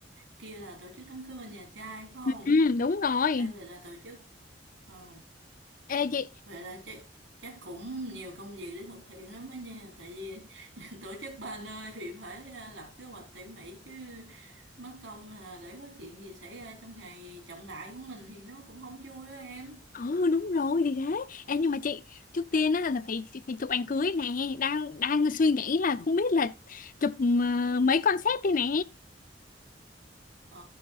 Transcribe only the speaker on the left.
ừ, ừ, đúng rồi
Ê, chị
Ồ đúng rồi thì thế em nhưng mà chị trước tiên á là phải phải chụp ảnh cưới nè đang đang suy nghĩ là không biết là chụp ờ, mấy concept đi nè